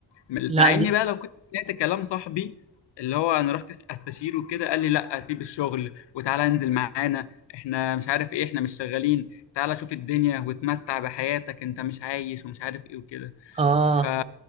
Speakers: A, on the left (about 75°); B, on the right (about 15°).
A: مع
B: لا دي
A: إني بقى لو كنت سمعت كلام صاحبي اللي هو أنا رحت أس- أستشيره وكده قال لي لا سيب الشغل وتعالى انزل معانا إحنا مش عارف إيه إحنا مش شغالين تعالى شوف الدنيا وتمتع بحياتك أنت مش عايش ومش عارف إيه وكده
B: اه
A: ف